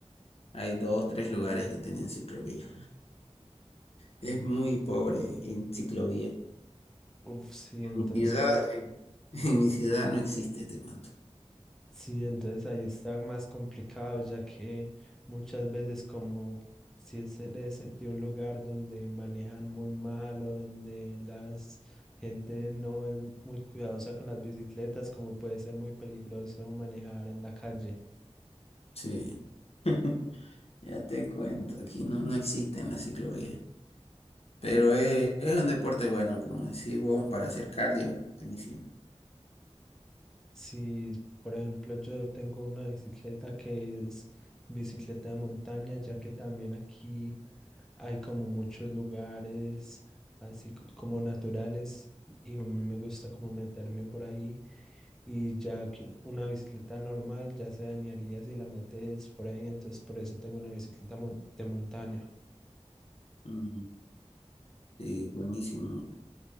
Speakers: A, on the left; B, in the centre.
A: Hay dos, tres lugares que tienen ciclovía. Es muy pobre en ciclovía. En
B: Uf, sí, entonces
A: mi ciudad, eh, <laughs> en mi ciudad no existe, te cuento.
B: Sí, entonces ahí está más complicado, ya que muchas veces como si es eres de un lugar donde manejan muy mal o donde la gente no es muy cuidadosa con las bicicletas, como puede ser muy peligroso manejar en la calle.
A: Sí. <laughs> Ya te cuento, aquí no, no existen las ciclovías. Pero es, es un deporte bueno, como decís vos, para hacer cardio, buenísimo.
B: Si, por ejemplo, yo tengo una bicicleta que es bicicleta de montaña, ya que también aquí Hay como muchos lugares así c- como naturales y a mí me gusta como meterme por ahí y ya que una bicicleta normal ya se dañaría si la metes por ahí, entonces por eso tengo una bicicleta mon- de montaña.
A: Mm, Sí, buenísimo